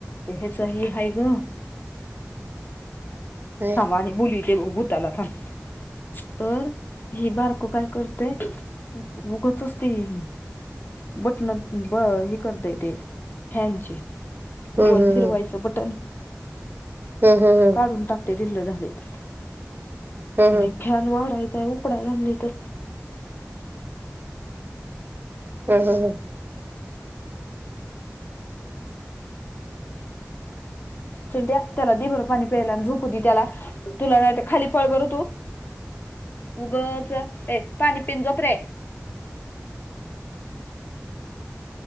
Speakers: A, on the left; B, on the right.
A: ते ह्याच ह ह ग
B: काय?
A: थांब आणि बुली ते भूताला थांब तर ही बारकं काय करते उगतच ते ये बटन हे करता येते फॅनचे
B: हम्म
A: गोल
B: हम्म
A: फिरवायचे
B: हम्म.
A: बटन
B: हम्म हम्म हम्म.
A: काढून टाकते दिल्ल झालेत
B: हम्म
A: आणि
B: हम्म.
A: फॅन वाढायचाय उकडायला नाही तर
B: हा हा हा,,
A: चिंड्या त्याला दे बर पाणी प्यायला झोप दे त्याला तुला नाही खाली पळ बरं तू उगच ए पाणी पिऊन रे